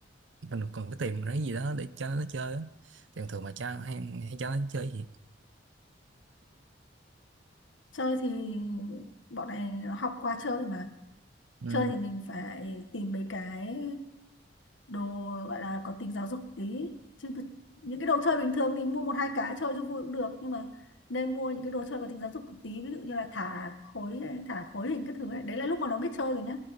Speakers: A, on the right; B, on the left.
A: mình còn cái tìm cái gì đó để cho nó chơi á thường thường mà cho hay, hay cho nó chơi gì
B: chơi thì bọn này nó học qua chơi mà
A: ừ.
B: chơi thì mình phải tìm mấy cái đồ gọi là có tính giáo dục tí chứ b- những cái đồ chơi bình thường thì mua một hai cái chơi cho vui cũng được nhưng mà nên mua những cái đồ chơi có tính giáo dục một tí ví dụ như là thả khối này, thả khối hình các thứ này đấy là lúc mà nó biết chơi rồi nhá